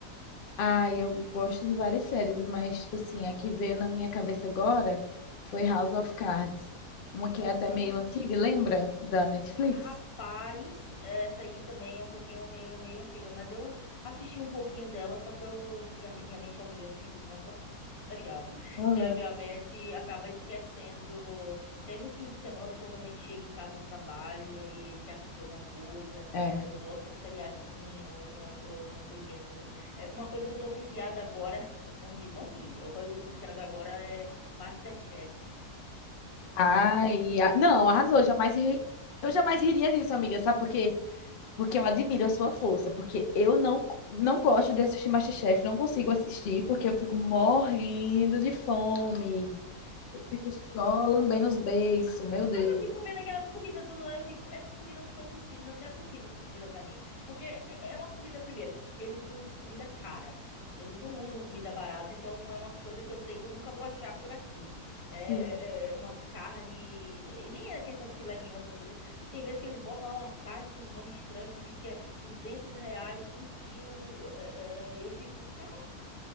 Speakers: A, on the left; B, on the left.
A: Ah, eu gosto de várias séries, mas, tipo assim, a que veio na minha cabeça agora foi House of Cards. Uma
B: Nossa.
A: que é até meio antiga, lembra? Da Netflix.
B: Ra- Rapaz, essa aí também é um pouquinho meio, meio antiga, mas eu assisti um pouquinho dela, só que eu, minha, me- minha mente é horrível, eu assisto tanta <laughs> seriado,
A: Uhum.
B: que a minha mente acaba esquecendo, que aí no fim de semana, então quando a gente chega em casa do trabalho, aí quer assistir alguma coisa,
A: É.
B: aí eu boto um seriadinho, alguma, co- alguma coisinha assim. É, uma coisa que eu tô viciada agora, <laughs> não ri, não ri, uma coisa que eu tô viciada agora é MasterChef.
A: Ai, a... não, arrasou. Jamais ri- Eu jamais riria disso, amiga, sabe por quê? Porque eu admiro a sua força, porque eu não, não gosto de assistir MasterChef, não consigo assistir, porque eu fico morrendo de fome. Eu fico só lambendo os beiços, meu Deus.
B: Mas eu fico vendo aquelas comidas tudo lá, eu fico, essas comidas não são possíveis, não, não é possível essas comidas pra mim. Porque é é é umas comidas, primeiro, eles usam comida cara. Eles não usam comida barata, então é umas coisas que eu sei que eu nunca vou achar por aqui. É,
A: Sim.
B: é, é, umas carnes, e nem é questão de filé mignon, essas coisas. Tem vezes que eles botam lá umas carnes com um nome estranho que diz que é 200 reais, um quilo. é, é, eu fico, cara,